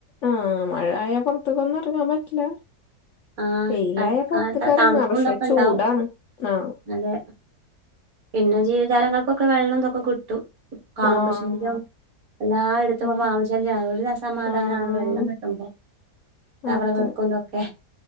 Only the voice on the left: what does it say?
ആ മഴായ പൊർത്ത് ക്കൊന്നും എറങ്ങാൻ പറ്റില.
വെയ്ലായ
പൊർത്ത്ക്ക
ർങ്ങാ പക്ഷെ
ചൂടാണ്
ആ.
ആഹ്
ആഹ്
ആഹ്
അതെ